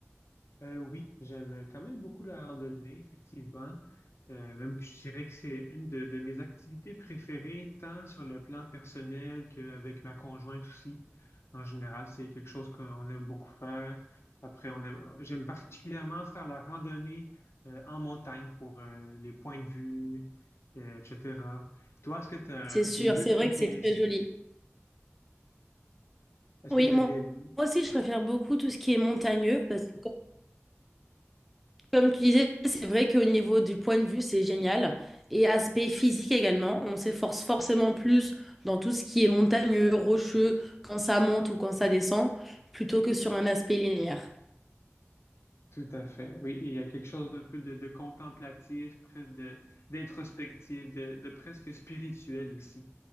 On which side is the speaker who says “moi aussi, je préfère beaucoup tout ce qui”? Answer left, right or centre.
Centre